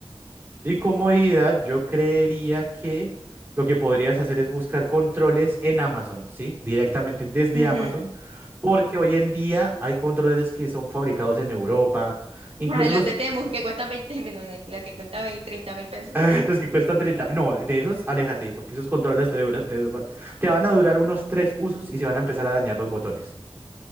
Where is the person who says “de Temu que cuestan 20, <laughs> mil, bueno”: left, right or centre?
Right